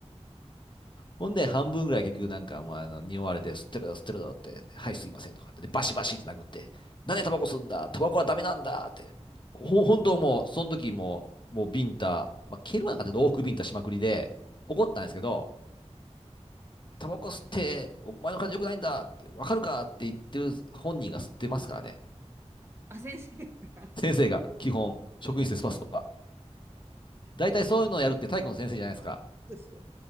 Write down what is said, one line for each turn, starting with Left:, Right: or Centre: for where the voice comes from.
Left: ほんで、半分ぐらい結局なんか、まあ、あの匂われて、吸ってるぞ、吸ってるぞって、はい、すいませんとかって、で、バシバシって殴って、なんでタバコ吸うんだタバコはダメなんだって。
Right: うん
Left: ほ、本当もう、その時もう、もうビンタ、まあ、蹴るはなかったけど、往復ビンタしまくりで、怒ったんですけど、タバコ吸って、お前の感じ良くないんだって、わかるかって言ってる本人が吸ってますからね。
Right: あ、先生が。
Left: 先生が、基本、職員室でスパスパ大体そういうのをやるって体育の先生じゃないですか。
Right: うんそうそ